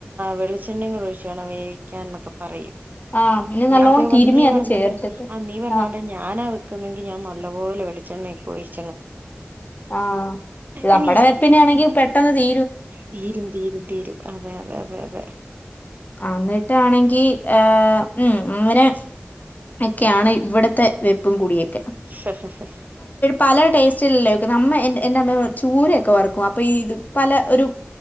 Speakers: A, on the right; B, on the left.
A: വെളിച്ചെണ്ണ കൂടി ഒഴിച്ച് വേണം വേവിക്കാ എന്നൊക്കെ പറയും
B: ആഹ് പിന്നെ നല്ലോണം
A: അതേപോലെ
B: തിരുമി
A: നീ
B: അത്
A: പറഞ്ഞപ്പോലെ
B: ചേർത്തിട്ട്
A: ആ നീ പറഞ്ഞ
B: ആഹ്
A: പോലെ ഞാനാ വെക്കുന്നത് ഞാൻ നല്ലപോലെ വെളിച്ചെണ്ണ ഒക്കെ ഒഴിച്ച്
B: ആഹ് നമ്മുടെ
A: എനി ഇഷ്ട
B: വെപ്പിനൊണെങ്കിൽ പെട്ടെന്ന് തീ
A: തീരും തീരും തീരും അതെ അതെ അതെ അതെ
B: അന്നിട്ടാണെങ്കി ഹേ ഉം അങ്ങനെ ഒക്കെയാണ് ഇവിടത്തെ വെപ്പും കൂടിയൊക്കെ
A: ആ
B: പല ടേസ്റ്റുകളിലല്ലേൊക്കെ അമ്മ എ എൻ്റെ അമ്മ ചൂര ഒക്കെ വറകും ഇപ്പൊ ഇത് പല ഒരു